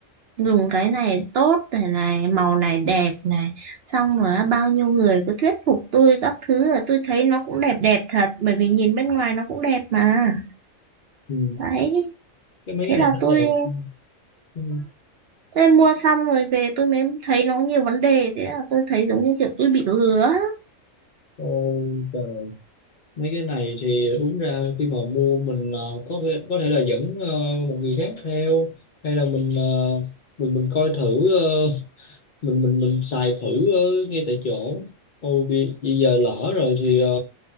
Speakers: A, on the right; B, on the left.
A: dùng cái này tốt này này màu này đẹp này xong rồi á, bao nhiêu người cứ thuyết phục tôi các thứ là tôi thấy nó cũng đẹp đẹp thật bởi vì nhìn bên ngoài nó cũng đẹp mà
B: Ừ.
A: đấy
B: Cái mấy
A: thế
B: cái này
A: là
B: nó
A: tôi
B: đẹp. Ừ. Ừ.
A: thế mua xong rồi về tôi mới thấy nó nhiều vấn đề thế là tôi thấy giống như kiểu tôi bị lừa á.
B: Ôi trời mấy cái này thì đúng ra khi mà mua mình ờ, có thể, có thể là dẫn ờ, một người khác theo hay là mình ờ, mình mình coi thử ờ, mình mình mình xài thử ờ, ngay tại chỗ ôi vì, vì giờ lỡ rồi thì ờ,